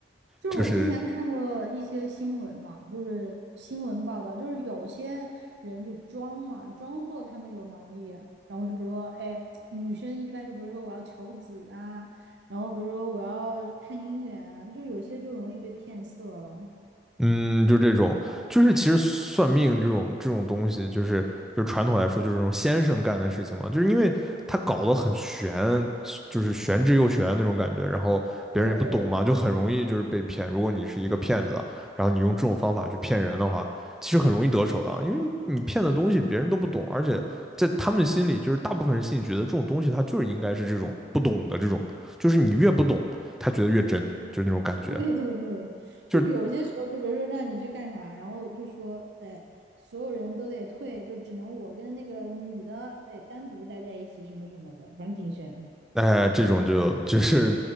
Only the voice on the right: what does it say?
就是我之前看过一些新闻嘛，
就是新闻报道，就是有些人就装嘛，装作他们有能力，然后就比如说，哎，女生一般就比如说我要求子啊，然后比如说我要看姻缘啊，就有些就容易被骗色了。
对对
<laughs>，对对对，
就是有些时候，就比如说让你去干啥，然后就说，哎，所有人都得退，就只能我跟那个女的，哎，单独待在一起，什么什么的，反正挺神的。